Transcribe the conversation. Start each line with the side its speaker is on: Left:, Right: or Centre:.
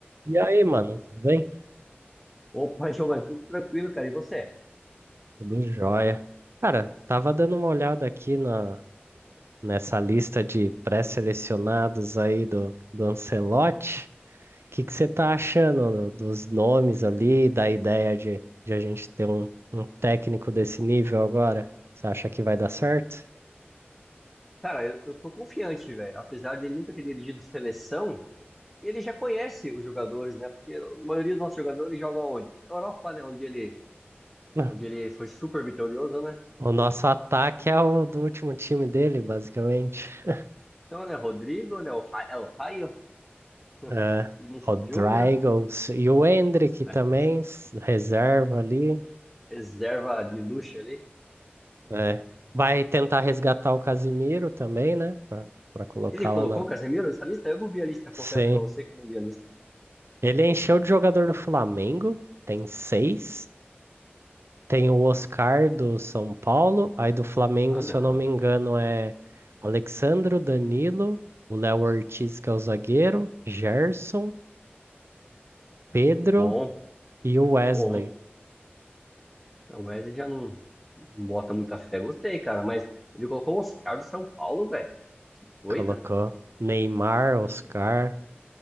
Right: E aí, mano, tudo bem?
Centre: Opa, <laughs> Giovanni, tudo tranquilo, cara. E você?
Right: Tudo jóia. Cara, tava dando uma olhada aqui na, nessa lista de pré-selecionados aí do, do Ancelotti. O que que você tá achando do- dos nomes ali, da ideia de, de a gente ter um, um técnico desse nível agora? Você acha que vai dar certo?
Centre: Cara, eu, eu tô confiante, velho. Apesar dele nunca ter dirigido seleção, ele já conhece os jogadores, né? Porque a maioria dos nossos jogadores joga onde? Na Europa, né? Onde ele,
Right: Ah,
Centre: onde ele foi super vitorioso, né?
Right: O nosso ataque é o do último time dele, basicamente. <laughs>
Centre: Então, né? Rodrigo, né? O Ra- El Raio, <laughs>
Right: É,
Centre: Vinícius
Right: Rodrygo
Centre: Júnior,
Right: e o Endrick
Centre: <laughs>
Right: também, s- reserva ali.
Centre: reserva de luxo ali.
Right: É. Vai tentar resgatar o Casimiro também, né? Pra, pra colocar
Centre: Ele colocou
Right: lá na.
Centre: o Casemiro nessa lista? Eu não vi a lista,
Right: Sim.
Centre: confesso pra você que eu não vi a lista.
Right: Ele encheu de jogador do Flamengo, tem seis. Tem o Oscar do São Paulo. Aí do Flamengo,
Centre: Ah,
Right: se
Centre: não.
Right: eu não me engano, é Alexandro, Danilo, o Léo Ortiz, que é o zagueiro, Gerson, Pedro
Centre: Bom,
Right: e o Wesley.
Centre: bom. É, O Wesley já não, não bota muita fé. Gostei, cara, mas ele colocou o Oscar do São Paulo, velho. Coisa?
Right: Colocou Neymar, Oscar.
Centre: Oxi.